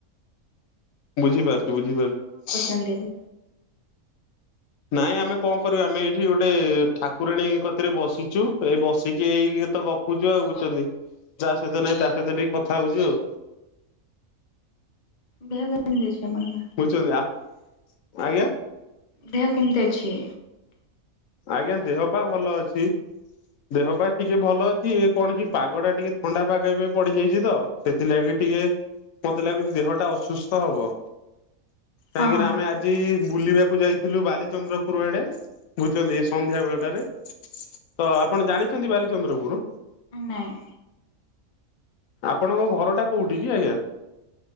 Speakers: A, on the left; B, on the left.
A: ବୁଝିପାରୁଚି ବୁଝିପାରୁଚି।
B: ଇଣ୍ଡେକୁ।
A: ନାଇଁ ଆମେ କଣ କରିବୁ ଆମେ ଏଇଠି ଗୋଟେ ଠାକୁରାଣୀ କତିରେ ବସିଚୁ। ଏଇ ବସିକି ଏଇ ତ ଗପୁଚୁ ଆଉ ବୁଛନ୍ତି ଯାହା ସହିତ ନାଇଁ ତା ସହିତ ଟିକେ କଥା ହଉଚୁ ଆଉ।
B: ଦେହ କେମିତିଅଛି ଆପଣଙ୍କର?
A: ବୁଝଛନ୍ତି ଆ ଆଜ୍ଞା।
B: ଦେହ କେମିତି ଅଛି?
A: ଆଜ୍ଞା ଦେହ ପା ଭଲ ଅଛି। ଦେହ ପା ଟିକେ ଭଲ ଅଛି, ଏ କଣ କି ପାଗଟା ଟିକେ ଥଣ୍ଡା ପାଗ ଏବେ ପଡ଼ିଯାଇଛି ତ। ସେଥିଲାଗି ଟିକେ ମତେ ଲାଗୁଚି ଦେହ ଟା ଅସୁସ୍ଥ ହବ।
B: ହଁ।
A: କାହିଁକି ନା ଆମେ ଆଜି ବୁଲିବାକୁ ଯାଇଥିଲୁ ବାଲିଚନ୍ଦ୍ରପୁରୁ ଆଡେ। ବୁଝୁଛନ୍ତୁ ଏ ସନ୍ଧ୍ୟା ବେଳଟାରେ ତ ଆପଣ ଜାଣିଛନ୍ତି ବାଲିଚନ୍ଦ୍ରପୁରୁ?
B: ନାଇ।
A: ଆପଣଙ୍କ ଘରଟା କୋଉଠି କି ଆଜ୍ଞା?